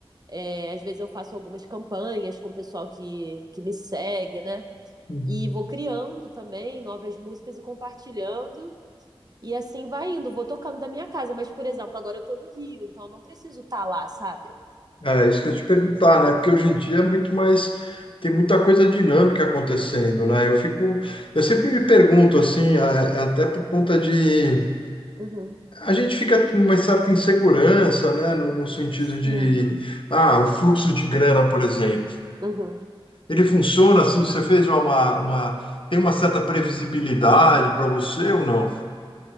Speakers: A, on the right; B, on the left.
A: é, às vezes eu faço algumas campanhas com o pessoal que, que me segue, né?
B: uhum.
A: E vou criando também novas músicas e compartilhando. E assim vai indo, vou tocando da minha casa. Mas, por exemplo, agora eu tô no Rio, então eu não preciso estar lá, sabe?
B: É isso que eu ia te perguntar, né? Porque hoje em dia é muito mais, tem muita coisa dinâmica acontecendo,
A: Uhum,
B: né? Eu fico, eu sempre me pergunto assim, a- até por conta de,
A: uhum.
B: a gente fica com uma certa insegurança, né? No, no sentido
A: Sim,
B: de, ah, o fluxo de grana, por exemplo.
A: uhum.
B: Ele funciona assim? Você fez uma, uma, tem uma certa previsibilidade para você ou não?